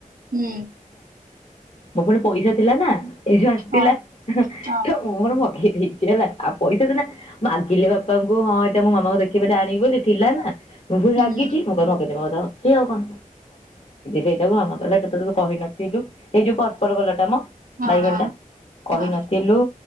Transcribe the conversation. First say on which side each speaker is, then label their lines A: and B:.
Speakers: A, on the right; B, on the left.
A: ହୁଁ।
B: ମୋ ପୁଣି ପଇସା ଥିଲା ନା ଏ ଯୋଉ ଆସିଥିଲା
A: ହଁ ହଁ
B: ତ ମୁଁ ମୋର ଗେଇ ଦେଇଛି ହେଲା ଆଉ ପଇସା ତ ନା ମାଗିରଲେ ବାପାଙ୍କୁ ହଁ ଏଇଟା ମୋ ମାମାଙ୍କୁ ଦେଖେଇ ଆଣିବୁ ଯେ ଥିଲା ନା ମୁଁ ଫୁଣି
A: ହୁଁ
B: ରାଗିଛି। ସିଏ ଆଉ କଣ ସେଇଟା ଆମ କଲା ଏଇଟା ତୁ କହିନଥିଲୁ ଏଇ ଯୋଉ ପର୍ପଲ କଲରଟା ମ
A: ହଁ
B: ବାଇଗଣି ଟା କହିନଥିଲୁ
A: ହଁ